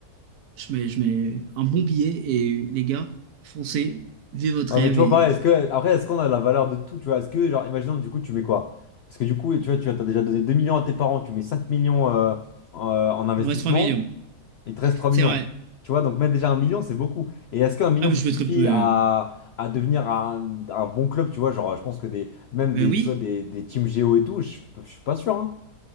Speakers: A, on the right (about 75°); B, on the left (about 80°).
A: je mets je mets un bon billet et les gars, foncez, vivez votre
B: Ouais,
A: rêve
B: mais tu vois,
A: et
B: pareil, est-ce que, après, est-ce qu'on a la valeur de tout, tu vois, est-ce que, genre, imaginons, du coup, tu mets quoi? Parce que du coup, tu vois, tu as déjà donné 2 millions à tes parents, tu mets 5 millions euh, euh, en investissement.
A: il me reste trois millions.
B: Il te reste 3
A: C'est
B: millions.
A: vrai.
B: Tu vois, donc mettre déjà un million, c'est beaucoup. Et est-ce qu'un million,
A: Ah mais
B: ça
A: je
B: suffit
A: mettrais peu.
B: à, à devenir un, un bon club, tu vois, genre, je pense que des, même
A: Bah
B: des,
A: oui,
B: tu vois, des, des teams Géo et tout, je, je suis pas sûr, hein.